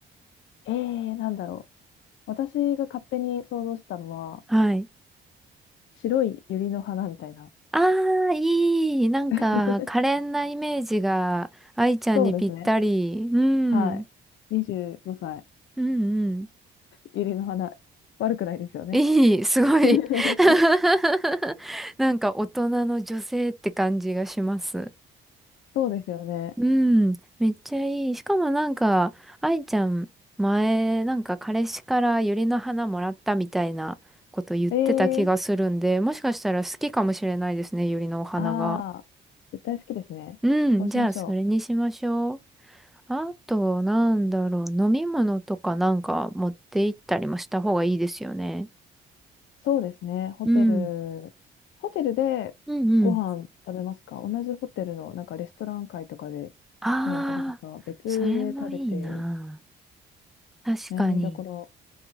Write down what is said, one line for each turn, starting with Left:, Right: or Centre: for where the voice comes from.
Left: えー、なんだろう。私が勝手に想像したのは、
Centre: はい。
Left: 白い百合の花みたいな。
Centre: ああ、いい。なんか、
Left: <laughs>
Centre: 可憐なイメージが、愛ちゃんにぴったり。
Left: そうですね。
Centre: うん。
Left: はい。25歳、
Centre: うんうん。
Left: 百合の花。悪くないですよね。
Centre: いい。<laughs> すごい。
Left: <laughs>
Centre: <laughs> なんか、大人の女性って感じがします。
Left: そうですよね。
Centre: うん。めっちゃいい。しかもなんか、愛ちゃん、前、なんか、彼氏から百合の花もらったみたいなこと言ってた気がするんで、
Left: えー、
Centre: もしかしたら好きかもしれないですね、百合のお花が。
Left: ああ、絶対好きですね。
Centre: うん。
Left: そうしましょう。
Centre: じゃあ、それにしましょう。あと、なんだろう、飲み物とかなんか持って行ったりもした方がいいですよね。
Left: そうですね。ホテル、
Centre: うん。
Left: ホテルでご飯食べますか同じホテルのなんかレストラン会とかでご飯食べたか、
Centre: うんうん。ああ、
Left: 別で食べて
Centre: それもいいな。確かに。
Left: 悩みどころ。